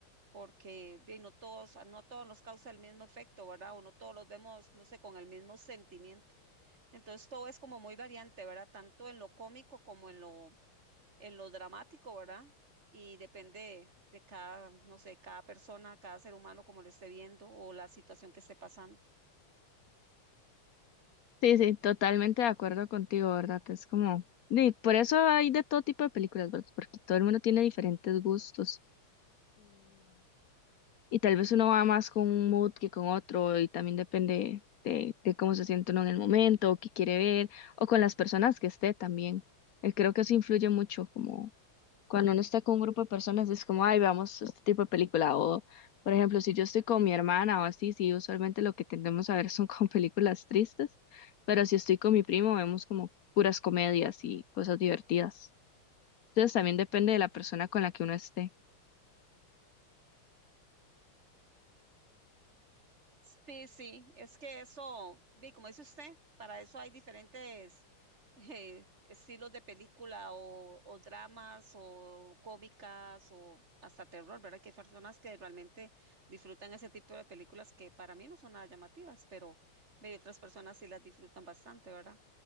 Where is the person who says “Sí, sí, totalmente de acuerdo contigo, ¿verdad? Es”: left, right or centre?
Left